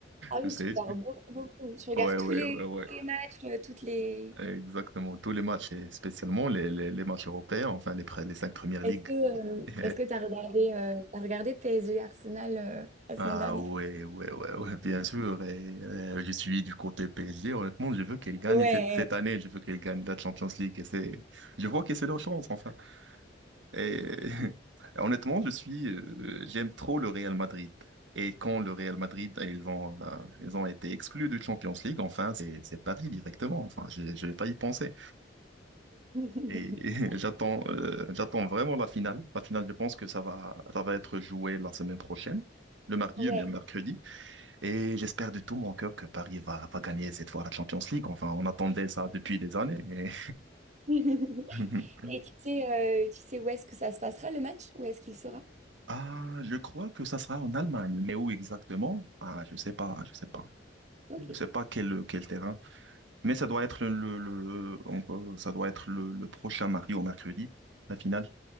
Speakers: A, on the right (about 40°); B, on the right (about 80°).
A: ah
B: Je
A: oui,
B: sais.
A: tu regardes beaucoup, beaucoup. Tu regardes
B: Ouais,
A: tous
B: ouais,
A: les,
B: ouais, ouais.
A: les matchs, euh, toutes les.
B: Exactement. Tous les matchs, et spécialement les, les, les matchs européens, enfin, les, pre- les cinq premières
A: Est-ce
B: ligues.
A: que
B: <laughs>
A: euh,
B: Et-
A: est-ce que t'as regardé euh, t'as regardé PSG Arsenal euh, la
B: Ah
A: semaine dernière?
B: ouais, ouais, ouais, ouais, bien sûr. Et, euh, je suis du côté PSG. Honnêtement, je veux qu'elle gagne
A: Ouais.
B: cette, cette année. Je veux qu'elle gagne la Champions League. Et c'est, je vois que c'est leur chance, enfin. Et <laughs> honnêtement, je suis, euh, j'aime trop le Real Madrid. Et quand le Real Madrid, euh, ils vont, euh, ils ont été exclus de Champions League, enfin, c'est, c'est Paris directement. Enfin, je, je vais pas y penser.
A: <laughs>
B: Et, <laughs> j'attends, euh, j'attends vraiment la finale. La finale, je pense que ça va, ça va être joué la semaine prochaine, le mardi
A: Ouais.
B: ou bien mercredi. Et j'espère de tout mon cœur que Paris va, va gagner cette fois la Champions League. Enfin, on attendait ça depuis des années. mais
A: <laughs>
B: <laughs>
A: Et tu sais, euh, tu sais où est-ce que ça se passera le match? Où est-ce qu'il sera?
B: Ah, je crois que ça sera en Allemagne, mais où exactement? Ah, je sais pas, je sais pas,
A: Ok,
B: je sais pas quel quel terrain. Mais ça doit être le le encore, ça doit être le, le prochain mardi ou mercredi, la finale.